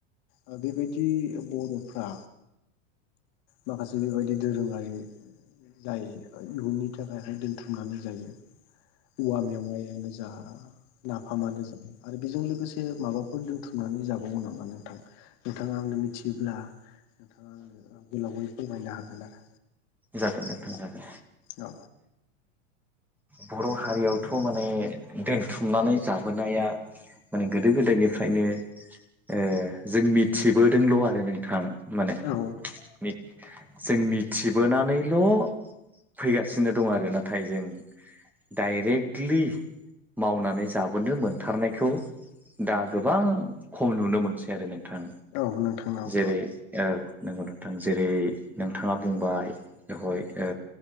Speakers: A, on the left; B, in the centre.
A: ओ बेबायथि बर'फ्रा माखासे बेबायदि दोरोङारि जाय <unintelligible> इयुननि थाखायहाय दोनथुमनानै जायो । औवा मेवायानो जा नाफामानो जा आरो बेजों लोगोसे माबा बे दोनथुमनानै जाबावगौ नामा नोंथां नोंथाङा आंनो मिथियोब्ला नोंथाङा आंनो गोलावै फोरमायनो हागोन आरो
B: जागोन जाथों जागोन
A: औ
B: बर' हारियावथ' माने दोनथुमनानै जाबोनाया माने गोदो गोदायनिफ्रायनो ओ जोंनि । थिबोदोंल' आरो नोंथां माने
A: औ
B: मि जोंनि थिबोनानैल' फैगासिनो दङ आरो नाथाय जों डाइरेक्टलि । मावनानै जाबोनो मोनथारनायखौ दा गोबां खम नुनो मोनसै आरो नों थां
A: औ औ नोंथांनाव
B: जेरै औ नंगौ नोंथां जेरै नोंथाङा बुंबाय दहय ओ